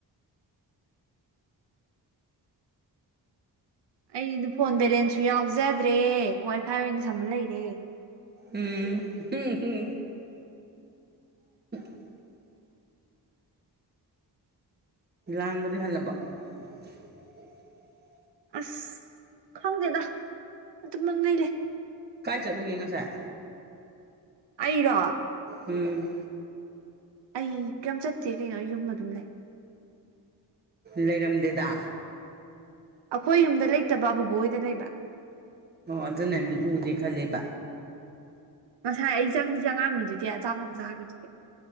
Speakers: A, on the right; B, on the right.
A: ꯑꯩꯗꯨ ꯐꯣꯟ ꯕꯦꯂꯦꯟꯁꯁꯨ ꯌꯥꯎꯖꯗ꯭ꯔꯦ ꯋꯥꯏ ꯐꯥꯏ ꯑꯣꯏꯅ ꯁꯝꯃ ꯂꯩꯔꯦ
B: ꯎꯝ ꯎꯝ‌ꯎꯝ <inaudible> ꯂꯥꯡꯕꯗꯤ ꯍꯜꯂꯕ‌ꯣ <unintelligible>
A: ꯑꯁ ꯈꯪꯗꯦꯗ ꯑꯗꯨꯝ ꯄꯪꯂꯩ ꯂꯩ
B: ꯀꯥꯏ ꯆꯠꯂꯨꯒꯦ ꯉꯁꯥꯏ
A: ꯑꯩꯔꯣ
B: ꯎꯝ
A: ꯑꯩ ꯀꯩꯝ ꯆꯠꯇꯦ ꯀꯩꯅꯣ ꯑꯩ ꯌꯨꯝ ꯑꯗꯨꯝ ꯂꯩ
B: ꯂꯩꯔꯝꯗꯦꯗ
A: ꯑꯩꯈꯣꯏ ꯌꯨꯝꯗ ꯂꯩꯇꯕ ꯕꯨꯕꯣꯏ ꯍ‌ꯣꯏꯗ ꯂꯩꯕ
B: ꯑꯣ ꯑꯗꯨꯅꯅ‌ꯦ ꯎꯗꯦ ꯈꯜꯂꯦꯕ
A: ꯉꯁꯥꯏ ꯑꯩ ꯆꯪꯗꯤ ꯆꯪꯉꯛꯑꯝꯃꯤꯗꯨꯗꯤ ꯑꯆꯥꯄꯣꯠꯀ ꯆꯥꯈꯔꯤꯗꯨ